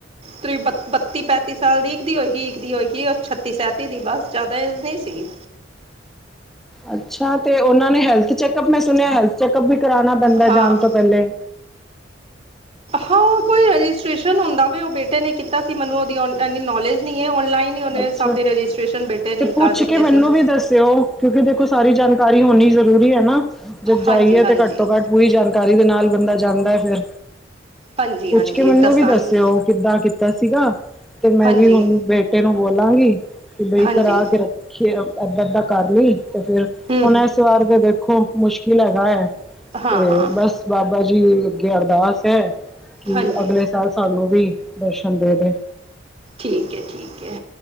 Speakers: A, on the right; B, in the centre.
A: ਤ੍- ਬਤੀ- ਬੱਤੀ -ਪੈਂਤੀ ਸਾਲ ਦੀ ਇੱਕ ਦੀ ਹੋਏਗੀ, ਇੱਕ ਦੀ ਹੋਏਗੀ, ਉਹ ਛੱਤੀ -ਸੈਂਤੀ ਦੀ ਬਸ ਜਾਦਾ ਏਜ ਨਹੀ ਸਿਗੀ।
B: ਅੱਛਾ ਤੇ ਉਹਨਾਂ ਨੇ ਹੈਲਥ ਚੈੱਕਅਪ, ਮੈਂ ਸੁਣਿਆ ਹੈਲਥ ਚੈੱਕਅਪ ਵੀ ਕਰਾਨਾ ਪੈਂਦਾ
A: ਹਾਂ
B: ਜਾਣ ਤੋਂ ਪਹਿਲੇ।
A: ਹਾਂ ਉਹ ਕੋਈ ਰੈਜਿਸਟ੍ਰੇਸ਼ਨ ਹੁੰਦਾ ਵੇ, ਉਹ ਬੇਟੇ ਨੇ ਕੀਤਾ ਸੀ ਮੈਨੂੰ ਉਹਦੀ ਹੋਣ ਏਨੀ ਨੌਲੇਜ਼ ਨੀ ਐ, ਔਨਲਾਈਨ ਹੀ ਉਹਨੇ
B: ਅੱਛਾ
A: ਸਭ ਦੇ ਰੈਜਿਸਟ੍ਰੇਸ਼ਨ ਬੇਟੇ ਨੇ
B: ਤੇ
A: ਹੀਂ
B: ਪੁੱਛ
A: ਕਰ ਦਿੱਤੇ
B: ਕੇ
A: ਸੀ
B: ਮੈਨੂੰ ਵੀ ਦੱਸਿਓ ਕਿਉਕਿ ਦੇਖੋ ਸਾਰੀ ਜਾਣਕਾਰੀ ਹੋਣੀ ਜ਼ਰੂਰੀ ਹੈ ਨਾ, ਜਦ ਜਾਈਏ
A: ਹਾਂਜੀ ਹਾਂਜੀ
B: ਤੇ ਘੱਟ ਤੋ ਘੱਟ ਪੂਰੀ ਜਾਣਕਾਰੀ ਦੇ ਨਾਲ ਬੰਦਾ ਜਾਂਦਾ ਐ ਫਿਰ
A: ਹਾਂਜੀ
B: ਪੁੱਛ
A: ਹਾਂਜੀ
B: ਕੇ ਮੈਨੂੰ
A: ਦੱਸਾਂਗੀ
B: ਵੀ ਦੱਸਿਓ ਕਿੱਦਾਂ ਕੀਤਾ ਸੀਗਾ ਤੇ ਮੈਂ
A: ਹਾਂਜੀ
B: ਵੀ ਹੁਨ ਬੇਟੇ ਨੂੰ ਬੋਲਾਂਗੀ, ਕਿ ਬਈ
A: ਹਾਂਜੀ
B: ਕਰਾ ਕੇ ਰੱਖ ਕਿ ਆਪ ਏਦਾਂ -ਏਦਾਂ ਕਰ ਲੀਂ, ਤੇ ਫੇਰ
A: ਹੂੰ
B: ਹੁਣ ਇਸ ਵਾਰ ਤੇ ਦੇਖੋ ਮੁਸ਼ਕਿਲ ਹੈਗਾ ਐ,
A: ਹਾਂ
B: ਤੇ
A: ਹਾਂ
B: ਬਸ ਬਾਬਾ ਜੀ ਅੱਗੇ ਅਰਦਾਸ ਹੈ, ਕਿ
A: ਹਾਂਜੀ
B: ਅਗਲੇ ਸਾਲ ਸ ਤੁਾਨੂੰ ਵੀ ਦਰਸ਼ਨ ਦੇ ਦੇ
A: ਠੀਕ ਐ -ਠੀਕ ਐ,